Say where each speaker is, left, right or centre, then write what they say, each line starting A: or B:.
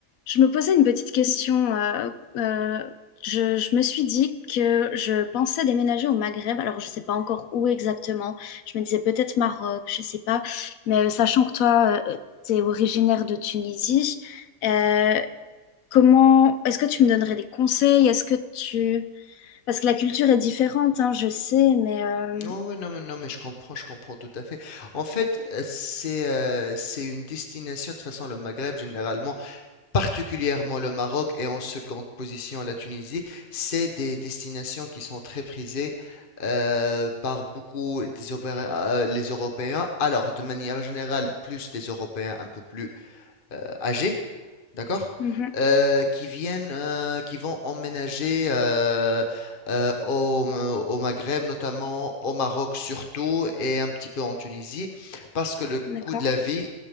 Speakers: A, on the left; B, on the left.
A: Je me posais une petite question. euh, euh, je, je me suis dit que je pensais déménager au Maghreb. Alors, je ne sais pas encore où exactement. Je me disais peut-être Maroc, je ne sais pas. Mais euh, sachant que toi, tu es originaire de Tunisie, euh, comment est-ce que tu me donnerais des conseils? Est-ce que tu... Parce que la culture est différente, hein, je sais, mais euh,
B: Ouais, ouais, non, mais, non, mais je comprends, je comprends tout à fait. En fait, euh, c'est euh, c'est une destination, de toute façon, le Maghreb généralement, particulièrement le Maroc et en seconde position la Tunisie, c'est des destinations qui sont très prisées euh, par beaucoup des opéra- euh, les Européens. Alors, de manière générale, plus des Européens un peu plus euh, âgés, d'accord?
A: Mhm.
B: Euh, qui viennent, euh, qui vont emménager euh, euh, au, au Maghreb, notamment au Maroc surtout, et un petit peu en Tunisie, parce que le
A: D'accord.
B: coût de la vie